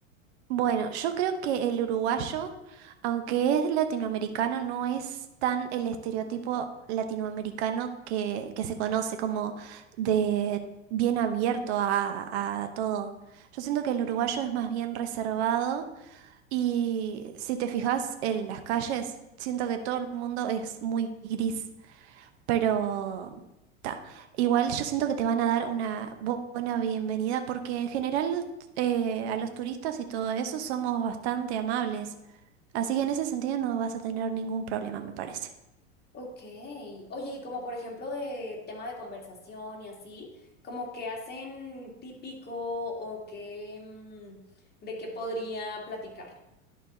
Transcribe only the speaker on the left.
Ok. Oye, y como por ejemplo de tema de conversación y así, como que hacen típico o que mm, de qué podría platicar.